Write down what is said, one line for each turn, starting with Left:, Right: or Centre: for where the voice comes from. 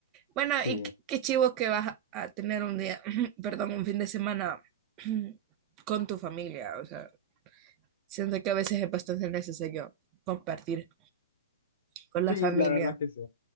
Right: Bueno,
Left: Sí,
Right: y qué, qué chivo que vas a tener un día, <laughs> <clears throat> perdón, un fin de semana <clears throat> con tu familia. O sea, siento que a veces es bastante necesario compartir con
Left: sí,
Right: la familia.
Left: la verdad que sí.